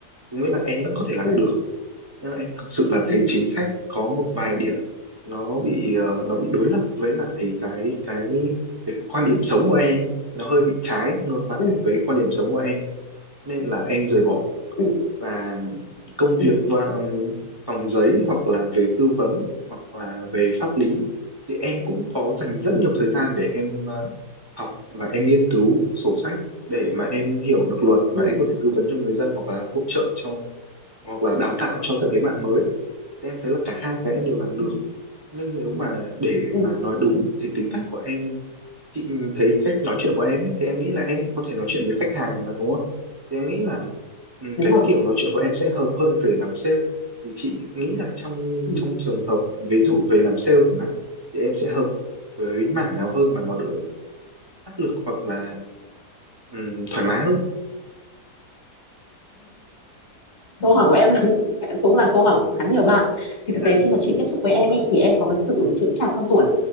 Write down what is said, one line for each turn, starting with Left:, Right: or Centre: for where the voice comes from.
Right: có nghĩa là em vẫn có thể làm
Left: ừ
Right: được nhưng mà em thực sự là thấy
Left: ừ
Right: chính sách có một vài điểm nó bị ờ, nó bị đối lập với lại cái cái cái quan điểm sống của em ấy. nó hơi bị trái ngược lại
Left: ừ
Right: với quan điểm sống của em nên là em rời bỏ
Left: ừ
Right: và công
Left: ừ
Right: việc và ừm, phòng giấy hoặc là về tư vấn hoặc là về pháp lý thì em cũng có dành rất
Left: ừ
Right: nhiều thời gian để em ờ, học và em nghiên cứu sổ sách để mà em hiểu được luật và
Left: ừ
Right: em có thể tư vấn cho người dân hoặc là hỗ trợ cho hoặc là đào tạo cho các cái bạn mới thì em thấy là cả hai cái em đều làm được
Left: ừ
Right: nhưng nếu mà để
Left: ừ,
Right: mà nói đúng thì tính cách của em chị thấy cách nói chuyện của em ấy, thì em nghĩ là em có thể nói chuyện với khách hàng mà đúng không thì em nghĩ là ừ,
Left: đúng
Right: cái
Left: rồi
Right: kiểu nói chuyện của em sẽ hợp hơn về làm sale thì chị nghĩ là trong
Left: ừ
Right: trong trường hợp ví dụ về làm sale chẳng hạn thì em sẽ hợp với mảng nào hơn mà nó đỡ áp lực hoặc là Ừm, thoải mái hơn
Left: câu hỏi của em là- <laughs> cũng là câu hỏi của khá nhiều bạn thì
Right: dạ
Left: thực tế khi mà chị tiếp xúc với em ý, thì em có cái sự chững chạc hơn tuổi